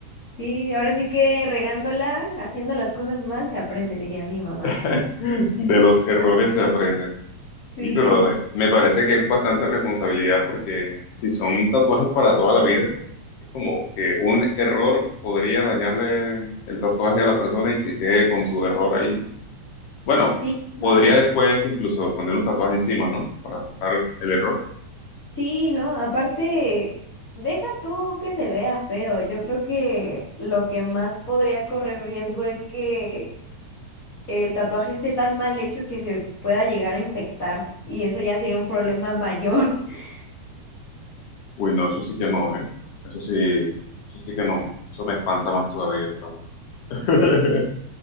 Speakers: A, on the left; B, on the left.
A: Sí, ahora sí que regándola, haciendo las cosas mal, se aprende, diría mi mamá.
B: <laughs>
A: <laughs>
B: De los errores se aprende.
A: Sí,
B: Y pero eh, me parece que es bastante responsabilidad porque si son tatuajes para toda la vida, es como que un error podría dañarle el tatuaje a la persona y que quede con su error ahí. Bueno,
A: sí, no.
B: podría después incluso poner un tatuaje encima, ¿no? Para tapar el error.
A: Sí, no, aparte, deja tú que se vea feo. Yo creo que lo que más podría correr riesgo es que el tatuaje esté tan mal hecho que se pueda llegar a infectar y eso ya sería un problema mayor. <laughs>
B: Uy, no, eso sí que no, ¿eh? Eso sí, eso sí que no. Eso me espanta más todavía, pero bueno. <laughs>
A: Sí,